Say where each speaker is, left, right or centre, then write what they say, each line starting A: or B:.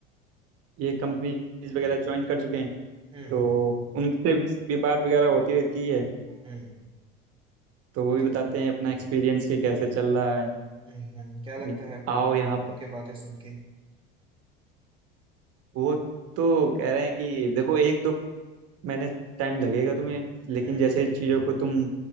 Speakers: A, on the right (about 55°); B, on the right (about 15°).
A: ये कंपनीज वगैरह ज्वाइन कर चुके हैं
B: हम्म
A: तो
B: हम्म
A: उनसे भी बात वगैरह होती रहती है
B: हम्म
A: तो वो भी
B: के-
A: बताते हैं अपना एक्सपीरियंस कि कैसे चल रहा
B: हम्म, हम्म। क्या लगता
A: है
B: है आपको
A: आओ
B: उनको
A: यहाँ
B: उनके बातें सुन के
A: वो तो कह रहे हैं कि देखो एक तो मैंने टाइम लगेगा तुम्हें लेकिन
B: हम्म
A: जैसे चीज़ों को तुम